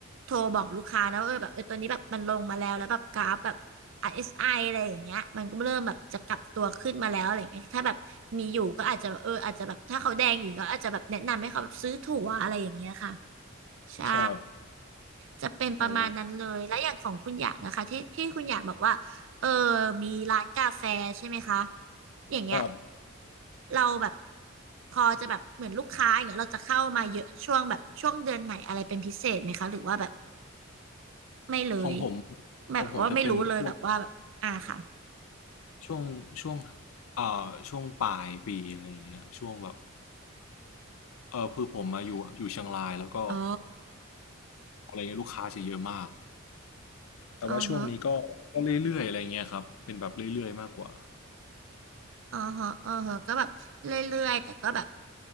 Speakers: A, on the right; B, on the left.
A: โทรบอกลูกค้านะว่าเออแบบเออตัวนี้แบบมันลงมาแล้วแล้วแบบกราฟแบบ RSI อสไออะไรอย่างเงี้ยมันก็เริ่มแบบจะกลับตัวขึ้นมาแล้วอะไรอย่างเงี้ยถ้าแบบมีอยู่ก็อาจจะแบบเอออาจจะแบบถ้าเขาแดงอยู่ก็อาจจะแบบแนะนำให้เขาแบบซื้อถั่วอะไรอย่างเงี้ยค่ะใช่
B: ครับ
A: จะเป็นประมาณนั้นเลยแล้วอย่างของคุณอยากนะคะที่ที่คุณอยากบอกว่าเออ
B: อ๋อ
A: มีร้านกาแฟใช่ไหมคะอย่างเงี้ย
B: ครับ
A: เราแบบพอจะแบบเหมือนลูกค้าอย่างเงี้ยเราจะเข้ามาเยอะช่วงแบบช่วงเดือนไหนอะไรเป็นพิเศษไหมคะหรือว่าแบบไม่เลย
B: ของผม
A: แบบว่าไม่รู้เลยแบบว่าแบบอ่าค่ะ
B: ของผมจะเป็นพวกช่วงช่วงเอ่อช่วงปลายปีอะไรอย่างเงี้ยช่วงแบบเออคือผมมาอยู่อยู่เชียงรายแล้วก็
A: อ๋อ
B: อะไรเงี้ยลูกค้าจะเยอะมาก แต่ว่าช่วงนี้ก็ก็เรื่อยๆอะไรเงี้ยครับเป็นแบบเรื่อยๆมากกว่า
A: อ๋อฮะ อ๋อฮะอ๋อฮะก็แบบเรื่อยๆแต่ก็แบบ